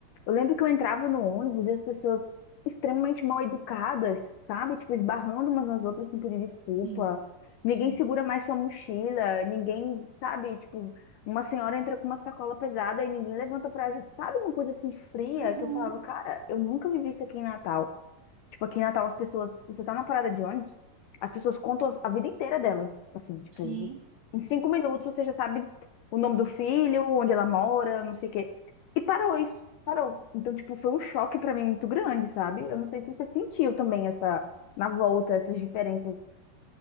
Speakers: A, on the left (about 75°); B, on the right (about 70°).
A: Eu lembro que eu entrava no ônibus e as pessoas extremamente mal educadas, sabe? Tipo, esbarrando umas nas outras sem pedir desculpa.
B: Sim,
A: Ninguém
B: sim.
A: segura mais sua mochila, ninguém, sabe? Tipo, uma senhora entra com uma sacola pesada e ninguém levanta pra ajudar. Sabe uma coisa assim fria
B: Uhum,
A: que eu falava, cara, eu nunca vivi isso aqui em Natal. Tipo, aqui em Natal as pessoas, você tá na parada de ônibus, as pessoas contam a vida inteira delas. Assim, tipo,
B: sim.
A: em cinco minutos você já sabe o nome do filho, onde ela mora, não sei o quê. E parou isso, parou. Então, tipo, foi um choque pra mim muito grande, sabe? Eu não sei se você sentiu também essa, na volta, essas diferenças